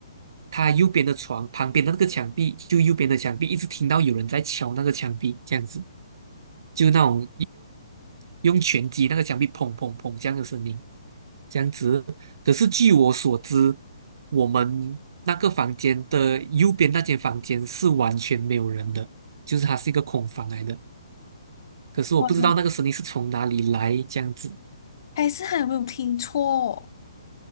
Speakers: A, on the right; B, on the left.
A: 他右边的床旁边的那个墙壁，就右边的墙壁，一直听到有人在敲那个墙壁，这样子，就那种。用拳击那个墙壁砰砰砰这样的声音，这样子。可是据我所知，我们那个房间的右边那间房间是完全没有人的，就是它是一个空房来的。可是我不知道那个声音是从哪里来，
B: 哇，
A: 这样子。
B: 还是还有没有听错？